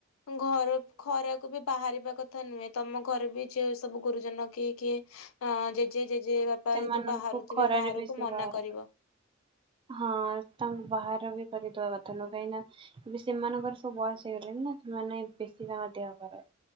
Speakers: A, on the left; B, on the right.
A: ଘର ଖରାକୁବି ବାହାରିବା କଥାନୁହେଁ ତମ ଘରେବି ଯଉ ସବୁ ଗୁରୁଜନ କିଏ କିଏ ହଁ ଜେଜେ ଜେଜେବାପା
B: ସେମାନଙ୍କୁ
A: ଯଦି ବାହାରୁଥିବେ
B: ଖରାରେ
A: ବାହାରକୁ
B: ବେଶୀ
A: ମନାକରିବ।
B: ବାହାର ହଁ ତାଙ୍କୁ ବାହାର ବି କରିଦବାକଥା ନୁହେଁ କାଇଁ ନା ଏବେ ସେମାନଙ୍କର ସବୁ ବୟସ ହେଇଗଲେଣି ନା ସେମାନେ ବେଶୀ ତାଙ୍କର ଦେହଖରାପ୍।